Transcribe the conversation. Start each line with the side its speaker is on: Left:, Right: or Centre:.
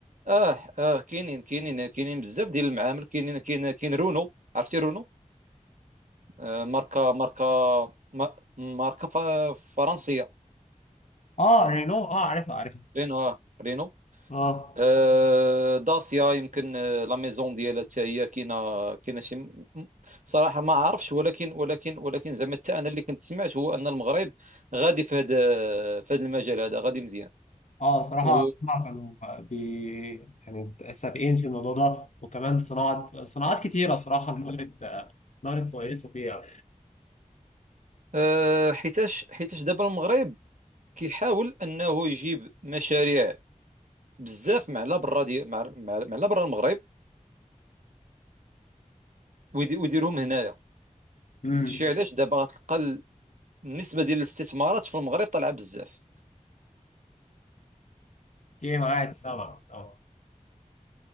Right: اه اه كاينين كاينين كاينين بزاف ديال المعامل كاينين كاين كاين رونو عرفتي رونو آه ماركه ماركه ما- ماركه ف- فرنسيه
Left: آه رينو آه عارفها عارفها
Right: رينو اه رينو
Left: آه
Right: آه، داسيا يمكن آه، لا ميزون ديالها حتى هي كاينه كاينه شي م- م- صراحه ما عارفش ولكن ولكن ولكن زعما حتى انا اللي كنت سمعت هو ان المغرب غادي في هذا في هذا المجال هذا غادي مزيان
Left: آه صراحة
Right: و
Left: هما كانوا بي يعني سابقين في الموضوع ده وكمان صناعة صناعات كتيرة صراحة المغرب المغرب كويسة فيها
Right: آه، حيتاش حيتاش دابا المغرب كيحاول انه يجيب مشاريع بزاف مع لا برا دي مع مع مع لا برا المغرب ويدي- ويديرهم هنايا
Left: امم
Right: داكشي علاش دابا غتلقى النسبه ديال الاستثمارات في المغرب طالعه بزاف
Left: إيه معاك سامع سامع